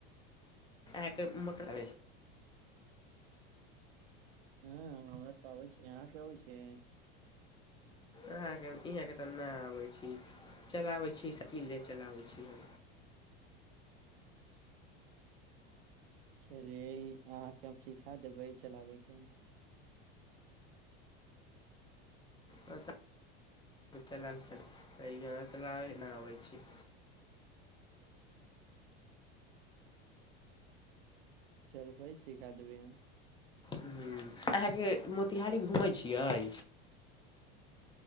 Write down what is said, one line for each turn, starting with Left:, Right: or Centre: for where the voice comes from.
Left: अहाँके मोटर
Right: हँ हमरा तऽ आबै छियै अहां के आबै छियै
Left: अहां इहाँ के त नहि आबै छी चलाबे छी साइकिलें चलाबे छी <inaudible>
Right: चलियै अहाँके हम सिखा देबै चलाबयके
Left: तऽ तब चलाबे से त हमरा चलाबे न आबै छै
Right: चलबै सिखा देबै हम
Left: ह्म अहाँके मोतिहारी घूमैय छियै